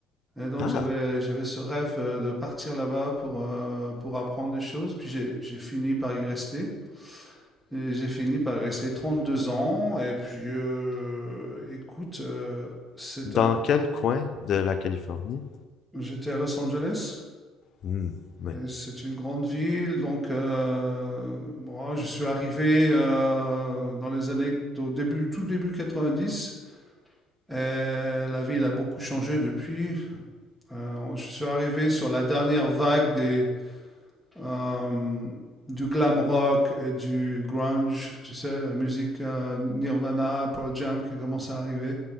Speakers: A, in the centre; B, on the left.
A: Et donc,
B: Ah!
A: j'avais, j'avais ce rêve euh, de partir là-bas pour, euh, pour apprendre des choses. Puis, j'ai, j'ai fini par y rester. Et j'ai fini par y rester 32 ans. Et puis, euh, écoute, euh, c'est
B: Dans
A: un...
B: quel coin de la Californie?
A: J'étais à Los Angeles.
B: Hmm, mais...
A: Et C'est une grande ville, donc euh, moi, je suis arrivé euh, dans les années, au début, tout début 90. Et la ville a beaucoup changé depuis. Euh, je suis arrivé sur la dernière vague des, euh, du glam rock et du grunge, tu sais, la musique euh, Nirvana, Pearl Jam qui commence à arriver.